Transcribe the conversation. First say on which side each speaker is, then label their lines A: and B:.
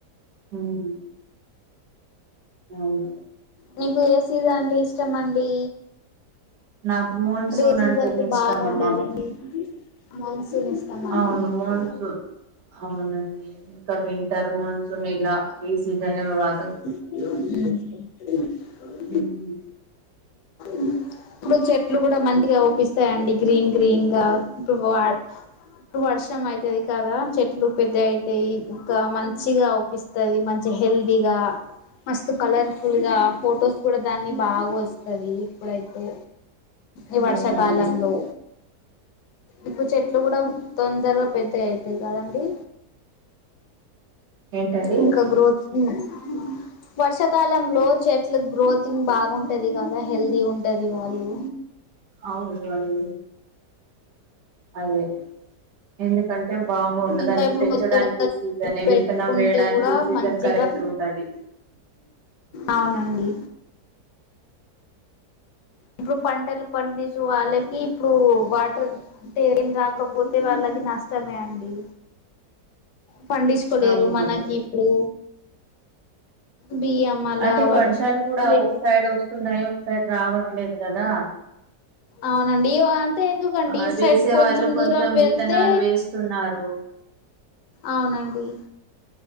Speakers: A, on the right; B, on the left.
A: ఊమ్ అవును
B: నీకు ఏసీజ్ అంటే ఇస్ ష్టమండి
A: నాకు మోన్సూన్
B: రేసీజయితే
A: అంటేనే ఇష్టం
B: బాగుండదండి
A: అమ్మా
B: మాన్సూన్ ఇస్తామండి
A: అవును
B: నీకు
A: మోన్సూన్ అవునండి ఇంక వింటర్ మాన్సూన్ ఇలా ఈ సీజనల్ వాక
B: ఉమ్
A: ఉహు
B: మ్ ఇప్పుడు చెట్లు గూడా మంటిగ ఔపిస్తాయాండి గ్రీన్ గ్రీన్ గా ఇప్పు వా టు వర్షం అయితది కదా చెట్లు పెద్ద అయితయి ఇంకా మంచిగా ఔపిస్ తది మంచి హెల్తీగా మస్తు కలర్ఫుల్ గా ఫొటోస్ కూడా దాన్ని బాగొస్తది ఇప్పుడైతే ఈ
A: అవునండి
B: వర్షాకాలంలో ఇప్పు చెట్లు గూడా తొందరగా పెద్దగయితయి గదండి
A: ఏంటండి
B: ఇంక గ్రోత్ ఉమ్ వర్షాకాలంలో చెట్లు గ్రోతింగ్ బాగుంటది గదా హెల్తీ ఉంటది వాళ్ళు
A: అవును వండి అదే ఎందుకన్ యెమ్ బాగుండదని
B: ఇంకా ఇప్పుడు
A: పెంచడానికి
B: కొత్త కొత్త
A: సీజనే
B: పెట్టుకుంటే
A: విత్తనం వేయడానికి
B: కూడా
A: సీజన్
B: మంచిగా
A: కరెక్ట్ ఉంటది
B: అవునండి ఇప్పుడు పంటలు పండీసు వాళ్ళకి ఇప్పుడు వాటర్ టేరింగ్ రాకపోతే వాళ్ళకి నష్టమే అండి ఫండిచుకోలేరు
A: అవునండి
B: మనకి ఇప్పుడు బియ్యం అలా
A: అంటే ఈ
B: వాళ్ళకి
A: వర్షాలు గూడా
B: లేకు
A: ఒక సైడ్ ఒస్తున్నాయి ఒక సైడ్ రావట్లేదు గదా
B: అవునండి ఇవాన్ తెందుకండి
A: ఆ
B: ఈ సైట్
A: వేసే
B: కొంచెం
A: వాళ్ళు
B: దూరం వెళ్తే
A: విత్తనాలు వేస్తున్నారు
B: అవునండి